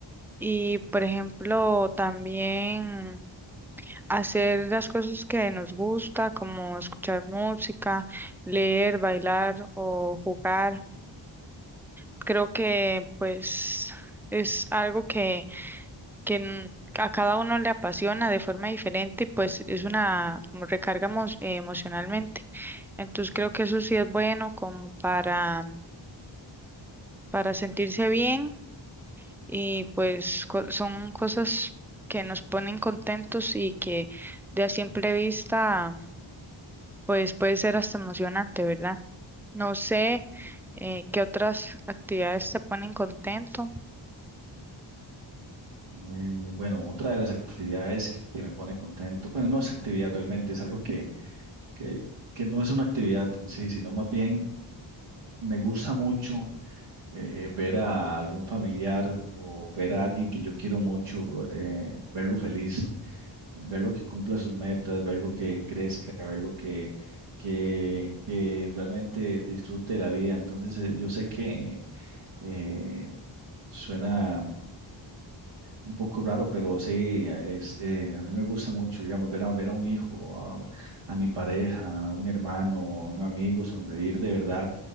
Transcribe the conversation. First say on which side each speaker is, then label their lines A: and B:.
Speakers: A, in the centre; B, on the right.
A: Y, por ejemplo, también hacer las cosas que nos gusta, como escuchar música, leer, bailar o jugar. Creo que, pues, es algo que, que n- a cada uno le apasiona de forma diferente, y, pues es una como recarga emo- eh, emocionalmente. Entonces, creo que eso sí es bueno como para, para sentirse bien y pues co- son cosas que nos ponen contentos y que de a simple vista pues puede ser hasta emocionante, ¿verdad? No sé eh, qué otras actividades te ponen contento.
B: Eh, bueno, otra de las actividades que me pone contento, bueno, no es actividad realmente, es algo que, que, que no es una actividad en sí, sino más bien me gusta mucho eh, ver a algún familiar o ver a alguien que yo quiero mucho, eh, verlo feliz. ver lo que cumpla sus metas, ver lo que crezca, ver lo que, que, que realmente disfrute de la vida. Entonces, eh, yo sé que eh, suena un poco raro, pero sí, es, eh, a mí me gusta mucho, digamos, ver a, ver a un hijo, a, a mi pareja, a un hermano, a un amigo, sonreír de verdad.